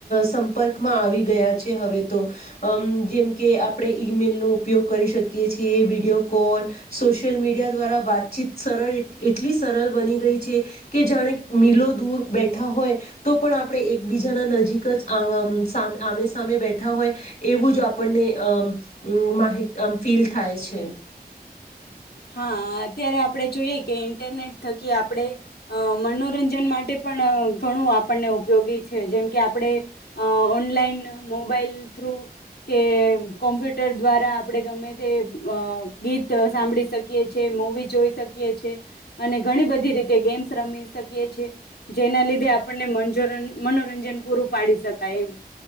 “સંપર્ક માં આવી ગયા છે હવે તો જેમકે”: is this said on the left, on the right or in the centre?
Left